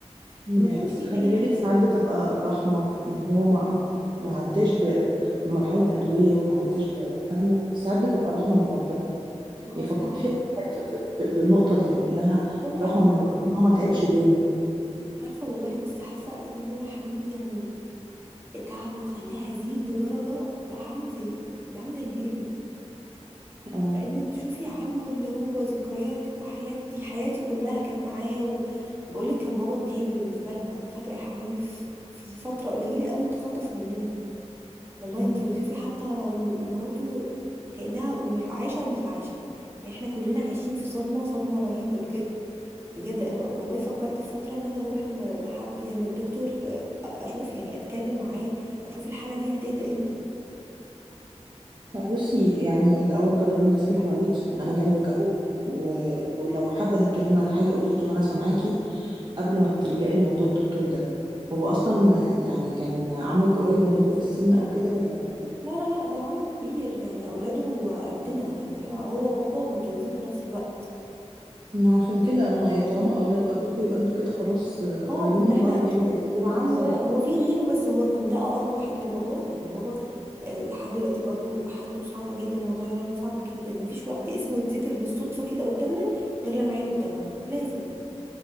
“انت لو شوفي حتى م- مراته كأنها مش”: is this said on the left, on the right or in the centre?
Right